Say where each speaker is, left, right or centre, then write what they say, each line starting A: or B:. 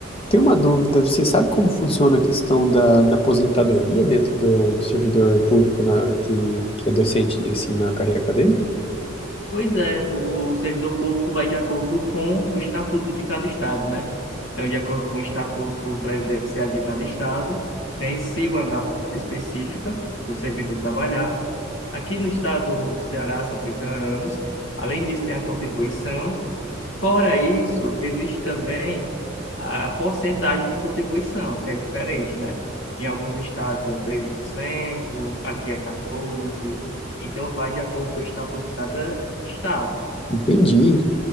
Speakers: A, on the left; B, on the left.
A: tem uma dúvida, você sabe como funciona a questão da, da aposentadoria dentro do, do servidor público na, que, que é docente, assim, na carreira acadêmica?
B: Pois é, o servidor público vai de acordo com o estatuto de cada estado, né? Então, de acordo com o estatuto previdenciário de cada estado, tem-se uma data específica do servidor trabalhar Aqui no estado do Ceará são 30 anos. Além disso, tem a contribuição. Fora isso, existe também a porcentagem de contribuição, que é diferente, né? Em alguns estados é 13%, aqui é 14%. Então, vai de acordo com o estatuto de cada estado.
A: Entendi,